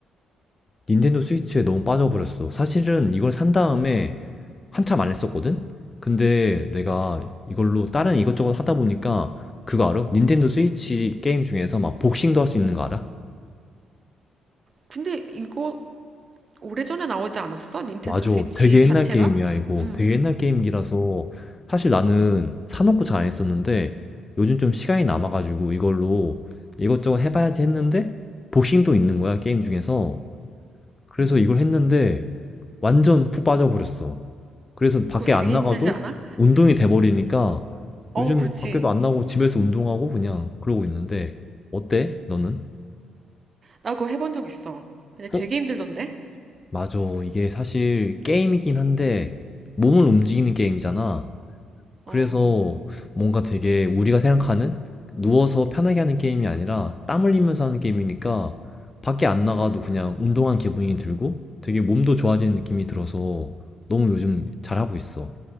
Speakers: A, on the left; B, on the right.
A: 닌텐도 스위치에 너무 빠져버렸어. 사실은 이걸 산 다음에 한참 안 했었거든? 근데 내가 이걸로 다른 이것저것 하다 보니까 그거 알아? 닌텐도 스위치 게임 중에서 막 복싱도 할 수 있는 거 알아?
B: 근데 이거 오래전에 나오지 않았어? 닌텐도
A: 맞아.
B: 스위치
A: 되게
B: 자체가?
A: 옛날 게임이야, 이거.
B: 응.
A: 되게 옛날 게임이라서 사실 나는 사놓고 잘 안 했었는데 요즘 좀 시간이 남아가지고 이걸로 이것저것 해봐야지 했는데 복싱도 있는 거야, 게임 중에서. 그래서 이걸 했는데 완전 푹 빠져버렸어. 그래서 밖에
B: 그거 되게
A: 안 나가도
B: 힘들지 않아?
A: 운동이 돼버리니까
B: 어,
A: 요즘
B: 그렇지.
A: 밖에도 안 나가고 집에서 운동하고 그냥 그러고 있는데 어때? 너는?
B: 나 그거 해본 적 있어. 근데 되게
A: 어?
B: 힘들던데?
A: 맞아. 이게 사실 게임이긴 한데 몸을 움직이는 게임이잖아. 그래서
B: 어.
A: 뭔가 되게 우리가 생각하는 누워서 편하게 하는 게임이 아니라 땀 흘리면서 하는 게임이니까 밖에 안 나가도 그냥 운동한 기분이 들고 되게 몸도 좋아지는 느낌이 들어서 너무 요즘 잘하고 있어.